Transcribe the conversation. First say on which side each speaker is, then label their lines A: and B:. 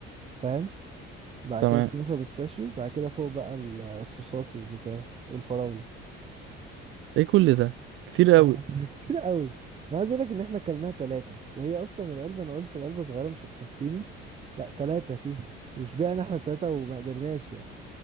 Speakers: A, on the right (about 30°); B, on the right (about 70°).
A: فاهم بعد
B: تمام
A: كده الكنافه بيستاشيو بعد كده فوق بقى الصوصات والبتاع والفراوله
B: ايه كل ده كتير
A: اه
B: قوي
A: <laughs> كتير قوي انا عايز اقول لك ان احنا كلناها ثلاثه وهي اصلا العلبه انا قلت العلبه صغيره مش هتكفيني لا ثلاثه فيها وشبعنا احنا ثلاثه وما قدرناش يعني